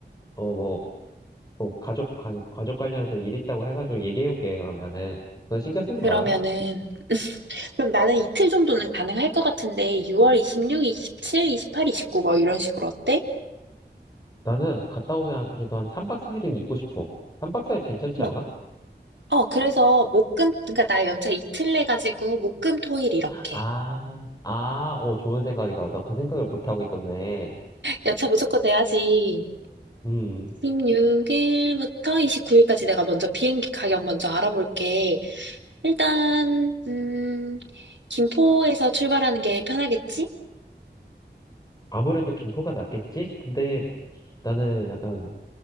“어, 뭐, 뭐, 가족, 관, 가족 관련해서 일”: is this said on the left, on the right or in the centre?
Left